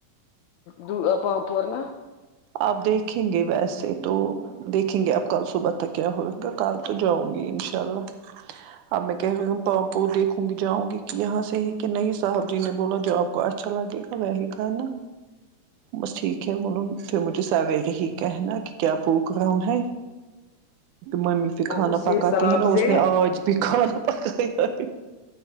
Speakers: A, on the left; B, on the right.
A: دعا پ پرنا
B: آپ دیکھیں گے ویسے تو دیکھیں گے اب کل صبح تک کیا ہو گا کل تو جاؤں گی انشاء اللہ اب میں کہہ رہی ہوں پاپ دیکھوں گی جاؤں گی کہ یہاں سے ہی کہ نہیں صاحب جی نے بولا جو آپ کو اچھا لگے وی کرنا بس ٹھیک ہے بولوں کے مجھے سویرے ہی کہنا کہ کیا پرگرام ہے ممی کھانا
A: وہ اسی
B: پکاتی
A: حساب
B: ہے نا
A: سے
B: اس نے آج بھی کھانا پکایا ہے